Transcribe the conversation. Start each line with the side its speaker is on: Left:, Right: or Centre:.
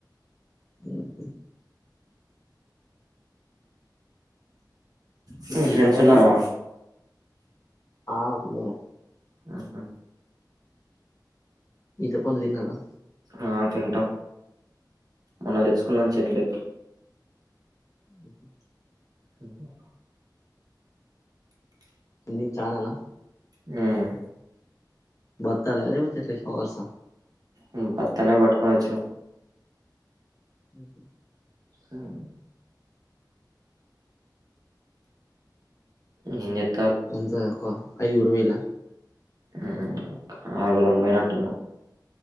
Left: ఉమ్
Right: మీ
Left: ఈత
Right: ఫ్రెండ్సున్నరా
Left: పండు ఆ ఉన్నరు
Right: ఆహా
Left: ఈత పండు తిన్నరా
Right: ఆ తింటాం మొన్న తెచ్చుకున్నం చెట్లెక్కి
Left: ఉమ్ హ్
Right: ఉమ్ హ్
Left: న్ని చాననా
Right: ఉమ్
Left: బత్తాల లేకపోతే ఎట్ల కవర్స
Right: ఉమ్ బత్తనే పట్టుకొని వచ్చిన
Left: ఉమ్ హ్
Right: హ్మ్ ఏం జెత్
Left: అంత తక్కువ అయిదు గురు పోయిళ్ళ
Right: ఉమ్ హ్ ఆరుగురం పోయినట్టున్నం